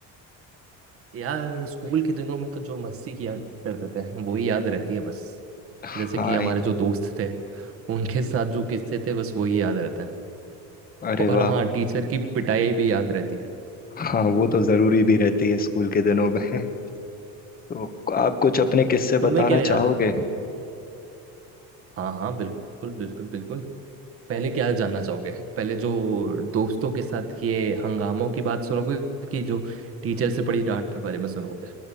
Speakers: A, on the right; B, on the left.
A: यार स्कूल के दिनों में तो जो मस्ती किया करते थे वही याद रहती है बस
B: हाँ
A: जैसे कि हमारे
B: ये-
A: जो दोस्त थे उनके साथ जो किस्से थे बस वही याद रहते हैं
B: अरे
A: और
B: वाह
A: हाँ टीचर की पिटाई भी याद रहती है
B: हाँ वो तो जरूरी भी रहती है स्कूल के दिनों में <laughs> तो आप कुछ अपने किस्से
A: तुम्हें
B: बताना
A: क्या याद
B: चाहोगे
A: है हाँ हाँ बिल्कुल बिल्कुल बिल्कुल पहले क्या जानना चाहोगे पहले जो दोस्तों के साथ किए हंगामों की बात सुनोगे कि जो टीचर से पड़ी डांट के बारे में सुनोगे